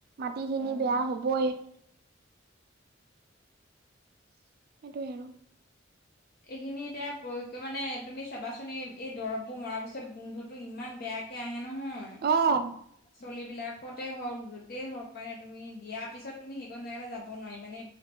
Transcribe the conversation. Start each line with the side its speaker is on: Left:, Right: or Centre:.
Right: মাটিখিনি
Left: হয় হয়
Right: বেয়া হ'বই। সেইটোৱে আৰু।
Left: এইখিনি এতিয়া প্ৰয়োগ কৰি মানে তুমি চাবাচোন এই এই দৰববোৰ মৰাৰ পিছত গোন্ধটো ইমান বেয়াকে আহে। নহয়।
Right: অ',
Left: পাচলি বিলাকতে হওক যোতেই হওক মানে তুমি দিয়াৰ পিছত তুমি সেইখন জেগালৈ যাব নোৱাৰি মানে।